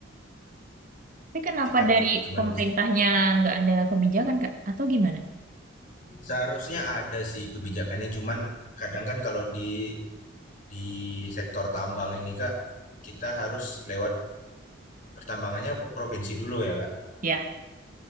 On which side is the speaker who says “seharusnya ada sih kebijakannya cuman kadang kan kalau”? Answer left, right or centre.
Left